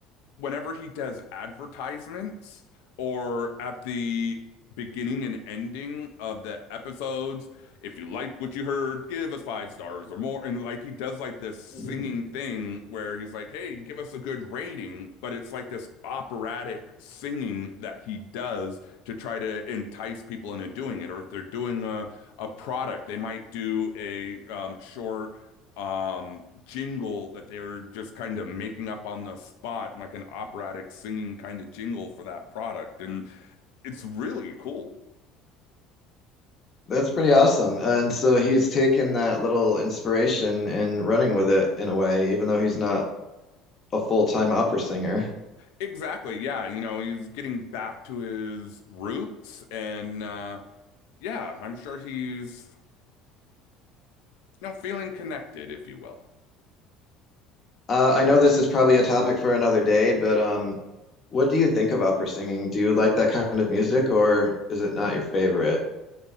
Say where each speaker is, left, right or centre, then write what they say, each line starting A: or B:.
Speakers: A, on the left; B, on the left.
A: whenever he does advertisements or at the beginning and ending of the episodes, if you like what you heard, give us five stars or more. And like he does like this singing
B: <laughs>
A: thing where he's like, hey, give us a good rating. But it's like this operatic singing that he does to try to entice people into doing it. Or if they're doing a, a product, they might do a um, short um jingle that they are just kind of making up on the spot and like an operatic singing kind of jingle for that product and it's really cool
B: That's pretty awesome. And so he's taken that little inspiration and running with it in a way, even though he's not a full-time opera singer.
A: exactly yeah you know he's getting back to his roots and uh yeah I'm sure he's you know feeling connected if you will
B: Uh, I know this is probably a topic for another day, but um, what do you think of opera singing? Do you like that kind of music, or is it not your favorite?